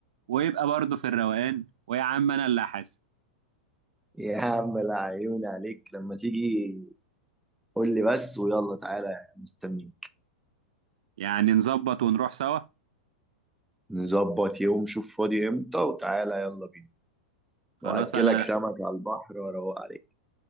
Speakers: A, on the right; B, in the centre.
A: ويبقى برضه في الروقان ويا عم انا اللي هحاسب
B: يا عم العيون عليك لما تيجي قول لي بس ويلا تعالى مستنيك
A: يعني نظبط ونروح سوا
B: نظبط يوم شوف فاضي امتى وتعالى يلا بينا
A: خلاص
B: واكلك
A: انا
B: سمك على البحر واروق عليك